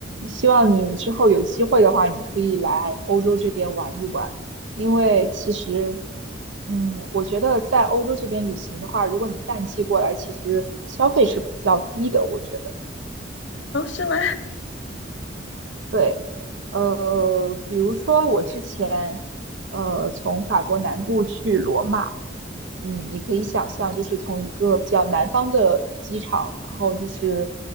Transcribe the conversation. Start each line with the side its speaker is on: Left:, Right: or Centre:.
Right: 希望你之后有机会的话，你可以来欧洲这边玩一玩，因为其实，嗯，我觉得在欧洲这边旅行的话，如果你淡季过来，其实消费是比较低的，我觉得。
Left: 哦，是吗？
Right: 对，呃，比如说我之前，呃，从法国南部去罗马，嗯，你可以想象，就是从一个比较南方的机场，然后就是